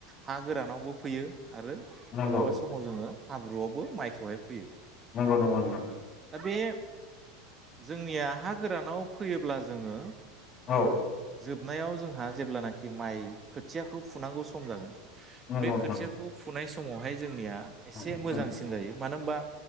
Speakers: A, on the right; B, on the left.
A: हा गोरानावबो फैयो। आरो माब्लाबा
B: नंगौ
A: समाव जोङो। हाब्रुआवबो माइखौहाय फोयो
B: नंगौ नोंथां औ नंगौ नोंथां
A: दा बे जोंनिया हा गोरानाव फैयोब्ला जोङो
B: औ
A: जोबनायाव जोंहा जेब्लानाखि माइ खोथियाखौ फुनांगौ सम जागोन।
B: नंगौ
A: बे
B: नोंथां
A: खोथियाखौ फुनाय समावहाय जोंनिया एसे
B: उम
A: मोजांसिन जायो मानो होमबा